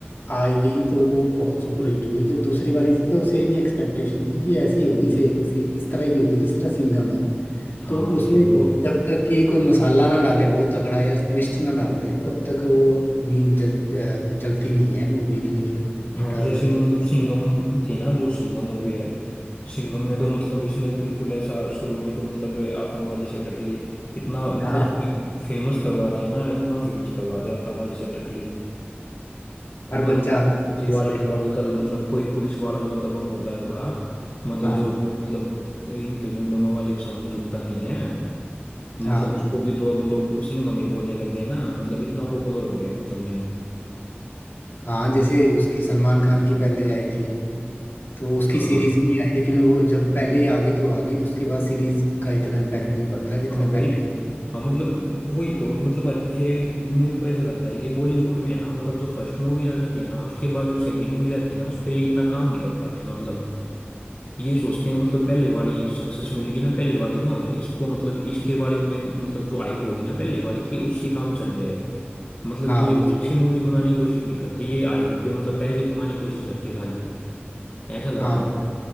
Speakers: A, on the left (about 60°); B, on the left (about 40°).
A: आ गई तो वो बहुत सुपरहिट हुई जब दूसरी वाली थी तो सेम ही एक्सपेक्टेशन थी कि ऐसी होगी सेम इसी इस तरह की होगी जिस तरह सिंघम है
B: हाँ
A: तो
B: यही
A: उसमें
B: तो
A: जब तक कि कोई मसाला ना डालें बहुत तगड़ा या ट्विस्ट ना डाल दें तब तक वो नहीं ज, ज, चलती नहीं है मूवी इतनी फिर रिटर्न
B: हाँ जैसे मतलब सिंघम थी ना जो सिंघम मूवी है सिंघम में तो मतलब इसने बिल्कुल ऐसा शुरू में तो मतलब आतामाजी सटकली इतना मतलब
A: हाँ
B: फे, फेमस करवा दिया ना इतना फेमस करवा दिया आतामाजी सटकली
A: हर
B: और मतलब
A: बच्चा
B: हर
A: आता
B: पुलिस
A: है
B: वाले
A: इस return।
B: को आजकल मतलब कोई पुलिस वाला जो दबंग होता है थोड़ा मतलब
A: हाँ
B: जो मतलब इनके गुंडों वाले के सामने झुकता नहीं है मतलब
A: हाँ
B: उसको भी तो अब लोग सिंघम ही बोलने लग गए ना मतलब इतना पॉपुलर हो गया मतलब नेम
A: हाँ जैसे उसकी सलमान खान की पहले आई थी तो उसकी
B: हाँ
A: सीरीज भी आई लेकिन वो जब पहले ही आ गई तो आ गई तो उसके बाद सीरीज का इतना इम्पैक्ट नहीं पड़ता
B: हाँ
A: जितना
B: वही
A: पहले का।
B: हाँ मतलब वही तो मतलब ये मेरे को ऐसा लगता है कि बॉलीवुड में है ना मतलब जो फर्स्ट मूवी आ जाती है ना उसके बाद जो सेकंड मूवी आती है ना उस पे ये इतना काम नहीं कर पाते मतलब ये सोचते हैं मतलब पहले वाली सक्सेस मिलेगी ना पहले वाली ना इसको मतलब इसके वाली में मतलब जो हाइप होगी ना पहले वाली की उससे काम चल जाएगा मतलब
A: हाँ
B: ये
A: उसके
B: अच्छी मूवी बनाने की कोशिश नहीं करते ये हाइप पे मतलब पैसे कमाने की कोशिश करते खाली ऐसा लगता
A: हाँ
B: है